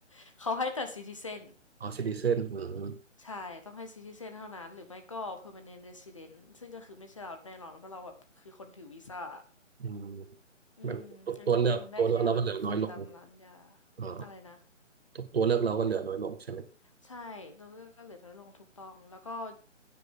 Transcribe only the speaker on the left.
<laughs> เขาให้แต่ซิติเซน
ใช่ ต้องให้ซิติเซนเท่านั้นหรือไม่ก็ permanent resident ซึ่งก็คือไม่ใช่เราแน่นอนเพราะเราแบบคือคนถือวีซ่า
อืม
งั้นก็คงได้แค่แบบฝึกตามร้านยา
อะไรนะ
ใช่ตัวเลือกก็เหลือน้อยลงถูกต้องแล้วก็